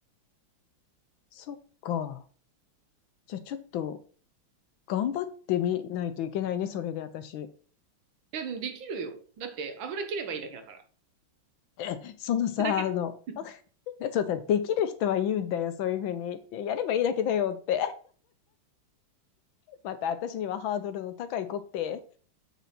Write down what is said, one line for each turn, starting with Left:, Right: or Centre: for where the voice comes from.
Left: そっか。じゃあ、ちょっと、頑張ってみないといけないね、それで私。
Right: いや、でもできるよ。だって、油切ればいいだけだから。
Left: え、そのさ、
Right: だけ、
Left: あの、
Right: <laughs>
Left: <laughs> そうさ、できる人は言うんだよ、そういうふうに。やればいいだけだよって。また私にはハードルの高い子って。